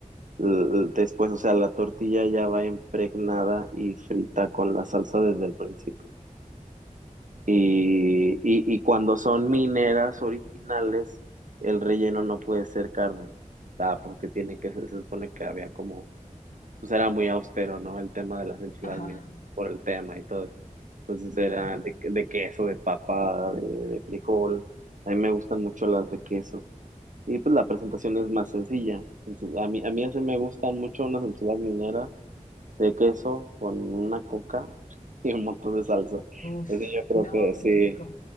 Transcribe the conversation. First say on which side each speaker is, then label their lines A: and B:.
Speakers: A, on the right; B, on the left.
A: L- Después, o sea, la tortilla ya va impregnada y frita con la salsa desde el principio. Y,
B: oh,
A: y, y cuando son mineras originales, el relleno no puede ser carne, ah, porque tiene que, se supone que había como, pues era muy austero, ¿no? El tema de las enchiladas
B: ajá,
A: mineras por el tema y todo eso. Entonces era
B: claro.
A: de, de queso, de papa, de, de frijol. A mí me gustan mucho las de queso. Y pues la presentación es más sencilla. Entonces, a mí, a mí así me gustan mucho unas enchiladas mineras de queso con una coca <laughs> y un montón de salsa.
B: Uf,
A: Eso yo creo
B: no,
A: que sí.
B: qué rico.